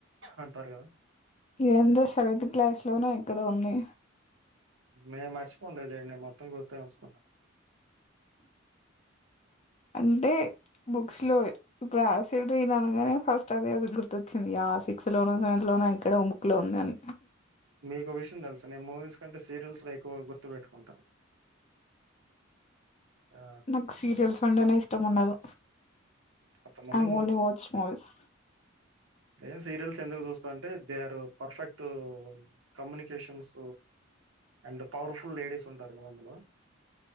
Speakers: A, on the right (about 65°); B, on the left (about 30°).
A: అంటారు కదా!
B: ఇదంతా సెవెంత్సె క్లాస్ లోన ఇక్కడో ఉంది
A: మేము మర్చిపోలేదు లేండి మొత్తం గుర్తంచుకున్నా
B: అంటే బుక్స్ లో ఇప్పుడు యాసిడ్ అయిననుగానే ఫస్ట్ అదేది గుర్తచ్చు య సిక్స్ లోనో సెవంత్ లో ఇక్కడ బుక్కులో ఉంది అని
A: మీకు ఓ విష్ లుసా నేను మూవీస్ కంటే సీరియల్స్ లో ఎక్కువ గుర్తుపెట్టుకుంటా ఆ!
B: నాకు సీరియల్స్ అంటేనే ఇష్టం ఉండదు
A: కొంతమంది
B: ఆ ఓన్లీ వాచ్చ్ మూవీస్
A: నేన్ సీరియల్స్ ఎందుకు చూస్తా అంటే they are perfect communications and power full ladies ఉంటారు కదా అందులో